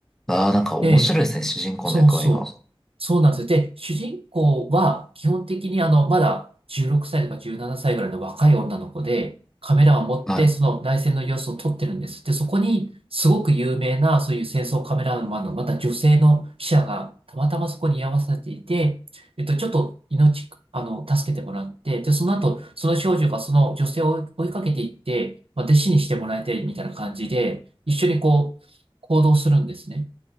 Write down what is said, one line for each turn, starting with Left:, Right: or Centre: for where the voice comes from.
Centre: ああ、なんか面白いですね、
Right: で
Centre: 主人公の役割が。
Right: そうそう。そうなんですよ。で、主人公は基本的にあの、まだ16歳とか17歳ぐらいの若い女の子で、カメラを持ってその内戦の様子を撮ってるんです。
Centre: はい。
Right: で、そこにすごく有名なそういう戦争カメラマンのまた女性の記者がたまたまそこに居合わせていて、えっと、ちょっと命、あの、助けてもらって、で、その後、その少女がその女性を追い追いかけていって、まあ、弟子にしてもらいたいみたいな感じで、一緒にこう、行動するんですね。